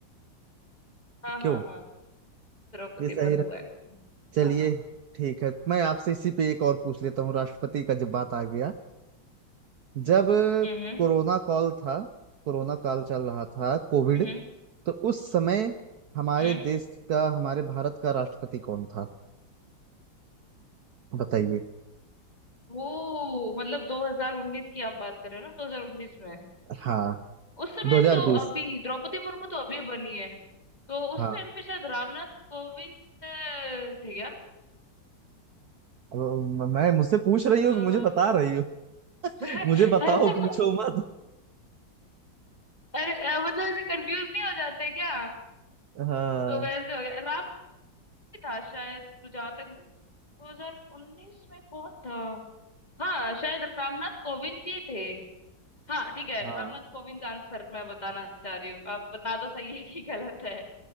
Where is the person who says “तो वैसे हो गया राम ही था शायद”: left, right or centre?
Left